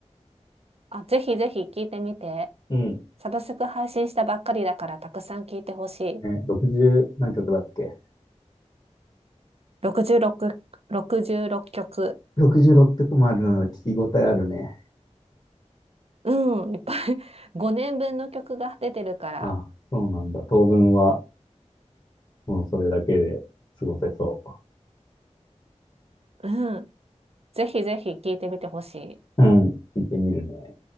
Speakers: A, on the right; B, on the left.
A: あ、ぜひぜひ聞いてみて。
B: うん。
A: サブスク配信したばっかりだからたくさん聞いてほしい。
B: ね、60何曲だっけ
A: 66、66曲。
B: ?66 曲もあるなら聞き応えあるね。
A: うん、いっぱい <laughs> 5年分の曲が出てるから、
B: あ、そうなんだ。当分は、もうそれだけで過ごせそ
A: うん、ぜひぜひ聴いてみてほしい。
B: う。うん。聴いてみるね。